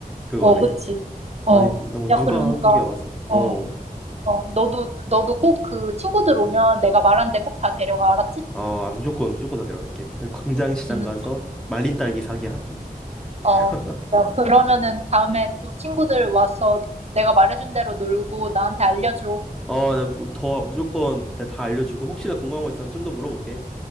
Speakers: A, in the centre; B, on the right.
A: 그거네.
B: 어, 그치.
A: 아니,
B: 어.
A: 어,
B: 야,
A: 누가
B: 그러니까,
A: 한국에 와서
B: 어,
A: 어.
B: 어, 너도, 너도 꼭 그 친구들 오면 내가 말한 데 꼭 다 데려가, 알았지?
A: 아, 아, 무조건 무조건 다 데려갈게. 광장시장
B: 응,
A: 가서 말린 딸기 사기 하기. <laughs>
B: 어. 야, 그러면은 다음에 또 친구들 와서 내가 말해준 대로 놀고 나한테 알려줘.
A: 어, 나 더 무조건 내가 다 알려주고 혹시나 궁금한 거 있으면 좀 더 물어볼게.